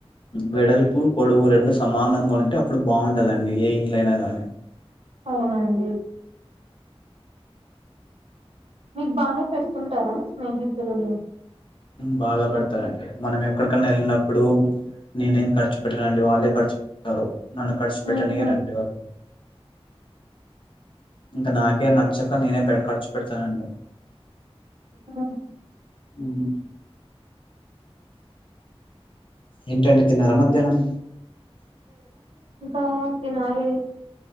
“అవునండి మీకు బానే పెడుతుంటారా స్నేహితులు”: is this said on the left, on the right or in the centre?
Right